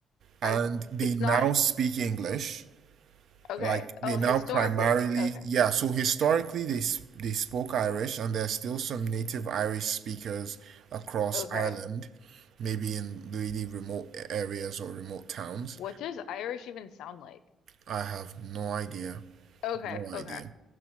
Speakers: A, on the right; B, on the left.
A: and
B: I.
A: they
B: It's
A: now
B: not
A: speak English.
B: okay.
A: Like they
B: Oh,
A: now
B: historically.
A: primarily,
B: Okay.
A: yeah, so historically they s- they spoke Irish and there's still some native Irish speakers across
B: Okay.
A: Ireland, maybe in really remote areas or remote towns.
B: What does Irish even sound like?
A: I have no idea.
B: Okay.
A: No
B: Okay.
A: idea.